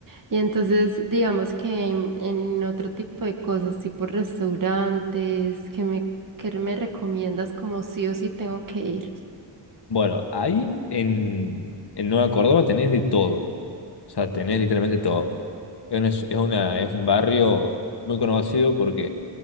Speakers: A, on the right; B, on the left.
A: Y entonces, digamos que en, en otro tipo de cosas, tipo restaurantes, que me, que me recomiendas como sí o sí tengo que ir?
B: Bueno, ahí en, en Nueva Córdoba tenés de todo, o sea, tenés literalmente todo. Es una, es una- es un barrio muy conocido porque